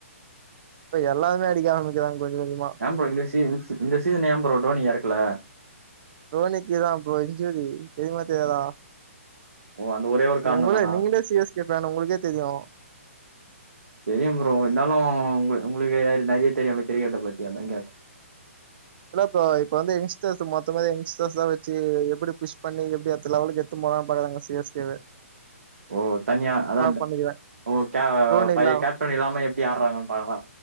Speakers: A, on the right; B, on the right.
A: இப்ப எல்லாருமே அடிக்க ஆரம்பிக்குராங் கொஞ்சு கொஞ்சுமா
B: ஏ ப்ரோ இந்த ஸீன் ஸு இந்த ஸீஸன் ஏ ப்ரோ டோனி யரக்கல
A: தோனிக்குதா ப்ரோ இஞ்சூரி தெரியுமா தெரியாதா
B: ஓ அந்த ஒரே ஒரு காரணந்தானா
A: உங்கள நீங்களே சி எஸ் கே ஃபேன்னு உங்ளுக்கே தெரியு
B: தெரியு ப்ரோ இந்தாலு உங்ளு உங்ளுக்கேர் நெறைய தெரியுல கிரிக்கெட்ட பத்தி அத்தா கேட்ட
A: இல்ல ப்ரோ இப்ப வந்து எங்ஸ்டர்ஸ்ஸ மொத்தமா எங்ஸ்டர்ஸ்தா வெச்சு எப்டி புஷ் பண்ணி எப்டி அத்த லவலுக்கேத் த்துமா பாக்கறாங்க சி எஸ் கேவ
B: ஓ தன்யா அதாட்ட
A: பண்ணிக்கிறே
B: ஓ க்யா
A: தோனி
B: பைய
A: இல்லா
B: கேப்டன் இல்லாம எப்டி ஆட்றாங்கன் பாகலா